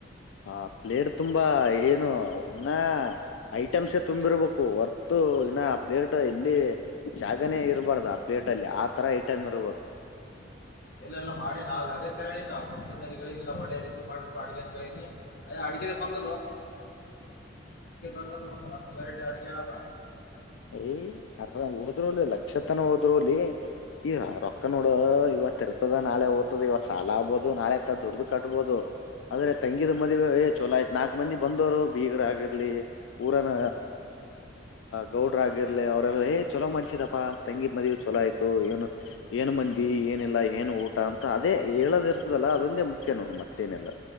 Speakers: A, on the left (about 85°); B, on the left (about 55°).
A: ಹ ಪ್ಲೇಟ್ ತುಂಬಾ ಏನು ಇನ್ನ ಐಟಮ್ಸ ತುಂಬಿರ್ಬೇಕು ವರ್ತ ಇನ್ನ ಪ್ಲೇಟ್ ಎಲ್ಲಿ ಜಾಗನೇ ಇರಬಾರ್ದ ಆ ಪ್ಲೇಟ್ ಅಲ್ಲಿ ಆ ತರ ಐಟಮ್ ಇರ್ಬೋದು
B: ಇಲ್ಲ ಎಲ್ಲಾ ಮಾಡಿ ನಾಲ್ ಅದೇ ತರ ಹೇಳಿ ನಾ ಫಂಕ್ಷನ್ಲ್ಲ ಒಳ್ಳೆ ರೀತಿ ಮಾಡ್ಿಟ್ಟು ಅಡುಗೆ ಅಂತೇಳನಿೇ ಅ ಬ ಅ ಅ ಬ
A: ಯ ಅರಾಮ್ ಹೋದ್ರೂಲಿ ಲಕ್ಷತನ ಹೋದ್ರುಲಿ ಈ ರೊಕ್ಕ ನೋಡ ಇವತ್ತ ಇರ್ ಹತದ ನಾಳೆ ದ್ತದ ಇವತ್ತು ಸಾಲ ಆಗ್ಬಹುದು ನಾಳೆ ದುಡ್ದು ಕಟ್ಟಬಹುದು ಅದ್ರೆ ತಂಗಿದ ಮದುವೆ
B: ಹೌದೌದು
A: ಏ ಚೋಲೋ ಆಯತತ್ ನಾಲ್ಕ್ ಮಂದ ಬಂದ್ರು ಬೀಗರ ಆಗರ್ಲಿ ಊರನ ಗೌಡ್ರ ಆಗಿರ್ಲಿ ಅವ್ರಲ್ಲ ಏ ಚಲೋ ಮಾಡ್ಿಸಿದಪ್ಪಾ ತಂಗಿದ ಮದಿ ಚಲ ಆಯ್ತು ಏನು ಏನು ಮಂದಿ ಏನಿಲ್ಲ ಏನ್ ಊಟ ಅಂತ ಅದೇ ಹೇಳೋದ ಇರ್ತದಲ್ಲ ಅದೊಂದೆ ಮುಖ್ಯ ನೋಡ್ ಮತ್ತೇನಿಲ್ಲ